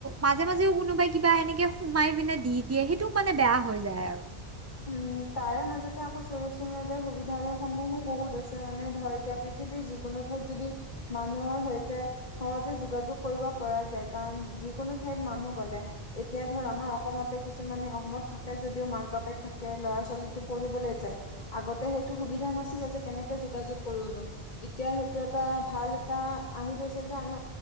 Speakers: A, on the right (about 25°); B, on the left (about 45°).
A: মাজে মাজেও কোনোবাই কিবা এনেকে সোমাই পিনে দি দিয়ে সেইটোও মানে বেয়া হৈ যায় আৰু
B: <unintelligible> উম' তাৰে মাজতে আকৌ চচিয়েল মিডিয়াৰ সুবিধা সমূহো বহুত আছে, মানে ধৰ এতিয়া পৃথিৱীৰ- যিকোনো ঠাইত যদি, মানুহৰ সৈতে সহজে যোগাযোগ কৰিব পৰা যায়, কাৰণ যিবোৰ কোনো ঠাইত মানুহ গ'লে, এতিয়া ধৰ
A: উম
B: আমাৰ অসমতে কিছুমানে অসমত থাকে যদিও মাক বাপে ক, থাকে ল'ৰা-ছোৱালীতো পঢ়িবলৈ যায়, আগতে সেইটো সুবিধা নাছিলে যে কেনেকে যোগাযোগ কৰো নো এতিয়া সেইটো এটা ভাল এটা আহি গৈছে, যে আমি